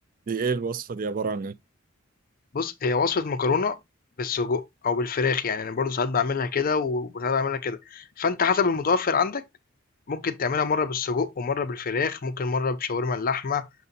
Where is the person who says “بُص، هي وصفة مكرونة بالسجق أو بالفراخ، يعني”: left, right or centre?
Left